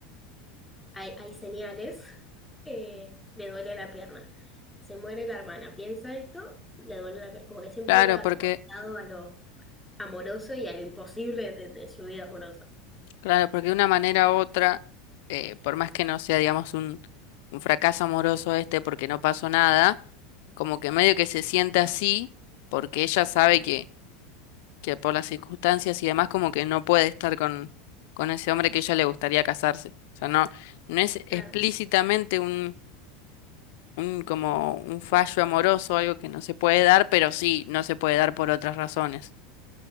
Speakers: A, in the centre; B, on the left (about 65°).
A: hay, hay señales, eh, le duele la pierna. Se muere la hermana, piensa esto, le duele la pierna. Como que siempre
B: Claro,
A: iba
B: porque
A: como atado a lo amoroso y a lo imposible de, de su vida amorosa.
B: Claro, porque de una manera u otra, eh, por más que no sea, digamos, un, un fracaso amoroso este porque no pasó nada, como que medio que se siente así porque ella sabe que, que por las circunstancias y demás como que no puede estar con, con ese hombre que ella le gustaría casarse. O sea, no, no es
A: Claro,
B: explícitamente un, un como un fallo amoroso, algo que no se puede dar, pero sí no se puede dar por otras razones.